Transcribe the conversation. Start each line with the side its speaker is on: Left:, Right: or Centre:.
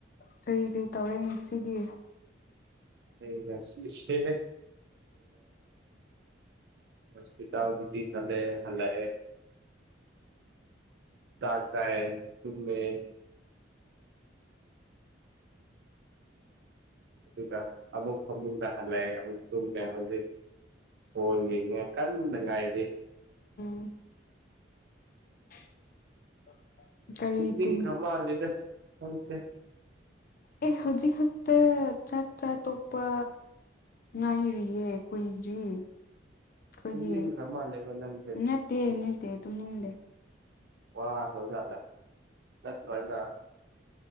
Left: ꯀꯔꯤ ꯀꯔꯤ ꯇꯧꯔꯦ ꯉꯁꯤꯗꯤ
Right: ꯑꯩ ꯉꯁꯤꯁ ꯀꯂ ꯍꯁꯄꯤꯇꯥ ꯑꯗꯨꯗꯤ ꯆꯂꯦ ꯍꯂꯦ ꯇꯥ ꯆ ꯑꯦ ꯇꯨꯃꯦ ꯑꯗꯨꯒ ꯑꯃꯨꯛ ꯐꯃꯨꯡꯗ ꯍꯜꯂꯛꯑꯦ ꯑꯃꯨꯛ ꯇꯨꯝꯃꯦ ꯍꯧꯖꯤꯛ ꯍꯣꯒꯦꯒ ꯀꯟ ꯉꯥꯏꯗꯤ
Left: <inaudible>
Right: ꯇ
Left: ꯇꯤꯝ
Right: ꯈꯃꯗ ꯀꯪꯁꯦ
Left: ꯑꯦ ꯍꯧꯖꯤꯛ ꯍꯧꯖꯤꯇ ꯆꯥꯛ ꯆꯥ ꯇꯣꯞꯄ ꯉꯔꯤꯌꯦꯦ ꯀꯏꯗ꯭ꯔꯤ ꯑꯩꯈꯣꯏꯗꯤ
Right: ꯇꯨꯝꯅꯤꯡꯈ꯭ꯔ ꯃꯥꯜꯂꯦꯕ ꯅꯪꯁꯦ
Left: ꯅꯠꯇꯦ ꯅꯇꯦ ꯇꯨꯝꯅꯤꯡꯂꯦ
Right: ꯋꯥ ꯁꯣꯖꯗ ꯆꯠꯇ꯭ꯔꯖ